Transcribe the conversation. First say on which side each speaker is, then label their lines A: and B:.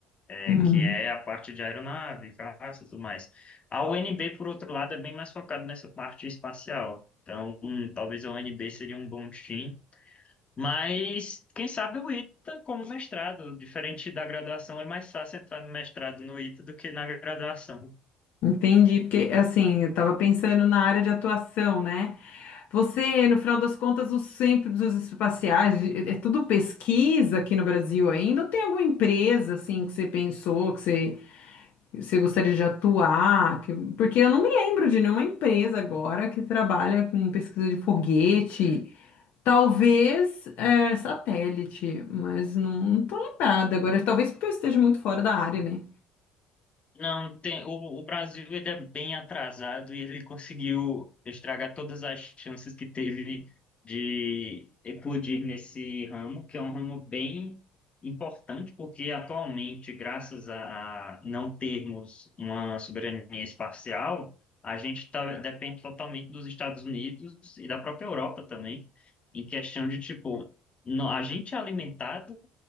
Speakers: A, on the left; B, on the left.
A: é,
B: Uhum.
A: que é a parte de aeronave, caça e tudo mais. A UNB, por outro lado, é bem mais focada nessa parte espacial. Então, hum, talvez a UNB seria um bom time. Mas quem sabe o ITA como mestrado, diferente da graduação, é mais fácil entrar no mestrado no ITA do que na graduação.
B: Entendi, porque assim, eu estava pensando na área de atuação, né? Você, no final das contas, os centros espaciais, é é tudo pesquisa aqui no Brasil ainda? Ou tem alguma empresa assim que você pensou, que você, você gostaria de atuar? Que- porque eu não me lembro de nenhuma empresa agora que trabalha com pesquisa de foguete, talvez é, satélite, mas não, não tô lembrada agora, talvez porque eu esteja muito fora da área, né?
A: Não, tem, o, o Brasil ele é bem atrasado e ele conseguiu estragar todas as chances que teve de eclodir nesse ramo, que é um ramo bem importante, porque atualmente, graças a não termos uma soberania espacial, a gente tá, depende totalmente dos Estados Unidos e da própria Europa também, em questão de, tipo, no- a gente é alimentado